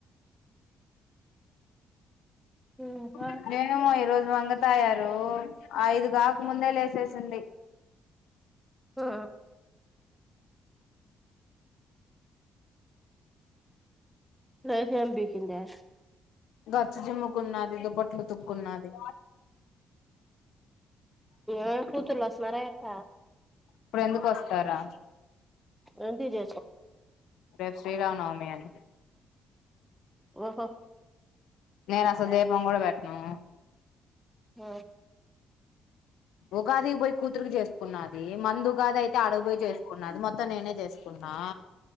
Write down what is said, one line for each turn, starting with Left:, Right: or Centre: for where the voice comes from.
Centre: ఇంకా
Left: అ మేము ఈ రోోజ్ వంగతాయారు ఐదు కాక ముందే లేసేసింది
Centre: ఆ లేసేంపికిందా
Left: గచ్చిజీమ్ముకున్నది దుప్ ట్లుత్తుక్కున్నది
Centre: అ కుతూళ్ళు వస్తున్నారా ఎట్ట
Left: ఇప్పుడు ఎందుకు వస్తారా
Centre: ఏంటిది
Left: రేపు శ్రీరామానవమి అని
Centre: ఓహో
Left: నేను అసలు దీపం కూడా పెట్టాను
Centre: మ్
Left: ఉగాదికి పోయి కూతుకి చేసుకున్నది మంది ఉగాది అయితే అడకు పోయి చేసుకున్నది మొత్తం నేనే చేసుకున్నా